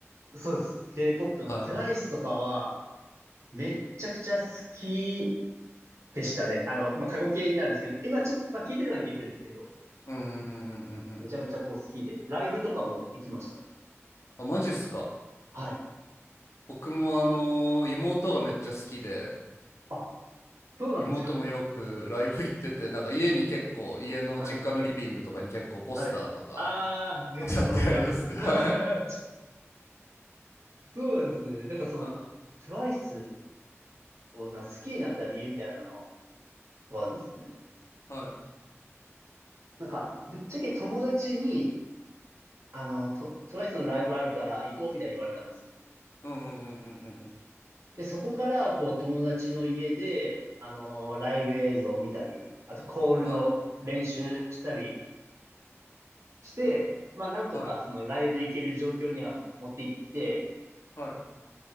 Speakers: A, on the right (about 70°); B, on the left (about 70°).
A: そうです。K-POP の
B: はい。
A: TWICE とかはめっちゃくちゃ好きでしたね。あの、まあ、過去形になるんですけど、今ちょっと、まあ、聞いてるのは聞いてるんですけど、
B: うんうんうんうんうんうん。
A: めちゃめちゃこう好きで、ライブとかも行きました。
B: あ、マジっすか。
A: はい。
B: 僕もあの、妹がめっちゃ好きで、
A: あ、そうなんですか。
B: 妹もよく <laughs> ライブ行ってて、なんか家に結構、家の実家のリビングとかに結構ポスターとか
A: はい。はい。あー、グッズの方が。
B: 飾ってありますね。
A: <laughs>
B: はい。
A: そうなんですね。だからその、
B: は
A: TWICE をな好きになった理由みたいなのはですね、
B: い。はい。
A: なんか、ぶっちゃけ友達に、あの、ト TWICE のライブあるから行こうみたいに言われたんですよ。
B: うんうんうんうんうんうん。
A: で、そこから、こう、友達の家で、あのーライブ映像を見たり、あと、コールの練習したり
B: はい。
A: して、まあ、なんとか、
B: はい。
A: その、ライブ行ける状況には持って行って、
B: はい。